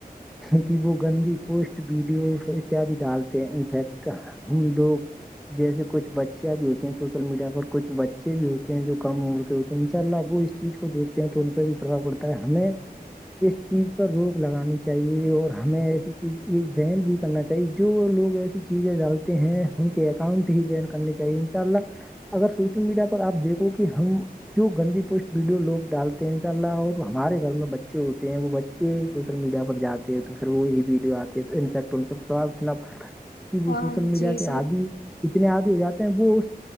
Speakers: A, in the centre; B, on the left.
A: کی کہ وہ گندی پوسٹ ویڈیو اتیادی ڈالتے ہیں انفیکٹ ہم لوگ جیسے کچھ بچیاں بھی ہوتی ہیں سوشل میڈیا پر کچھ بچے بھی ہوتے ہیں جو کم عمر کے ہوتے ہیں انشاء اللہ وہ چیز کو دیکھتے ہیں تو ان پہ بھی پربھا پڑتا ہے ہمیں اس چیز پر روک لگانی چاہیے اور ہمیں ایسی چیز ایک بین بھی کرنا چاہیے جو لوگ ایسی چیزیں ڈالتے ہیں ان کے اکاؤنٹ ہی وین کرنے چاہیے ان شاء اللہ اگر سوشل میڈیا پر آپ دیکھو کہ ہم جو گندی پوسٹ ویڈیو لوگ ڈالتے ہیں ان شاء اللہ اور ہمارے گھر میں بچے ہوتے ہیں وہ بچے سوشل میڈیا پر جاتے ہیں تو پھر وہی ویڈیو آتی ہے تو انفیکٹ اتنا پڑتا ہے کہ وہ
B: ہاں
A: سوشل میڈیا
B: جی
A: کے
B: صحیح
A: آدی اتنے آدی ہو جاتے ہیں وہ اس